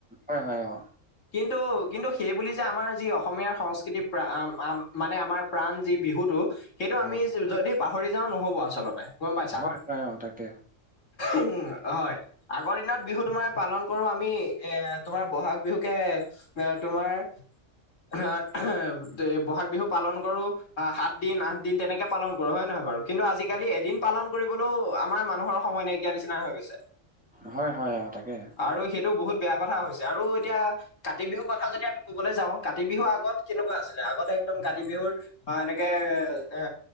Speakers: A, in the centre; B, on the left (about 65°).
A: হয় হয় অ
B: কিন্তু কিন্তু সেই বুলি যে আমাৰ যি অসমীয়াৰ সংস্কৃতি প্ৰা মানে আমাৰ প্ৰাণ যি বিহুটো - সেইটো
A: হয়
B: আমি যদি পাহৰি যাওঁ নহ'ব আচলতে গম পাইছা।
A: হয়, হয়, অ', তাকে।
B: উম হয়। আগৰ দিনত বিহু তোমাৰ পালন কৰো আমি এ তোমাৰ বহাগ বিহুকে - এ তোমাৰ এ এ এ বহাগ বিহু পালন কৰো - অ সাত দিন আঠ দিন তেনেকে পালন কৰো হয় নহয় বাৰু? কিন্তু আজিকালি এদিন পালন কৰিবলও আমাৰ মানুহৰ সময় নাইকিয়া নিচিনা হৈ গৈছে।
A: হয়, হয়, অ', তাকে।
B: আৰু সেইটো বহুত বেয়া কথা হৈছে আৰু এতিয়া - কাতি বিহুৰ কথা যদি আমি ক'বলৈ যাওঁ কাতি বিহুৰ আগত কেনেকুৱা আছিলে, আগতে একদম কাতি বিহুৰ - অ এনেকে এ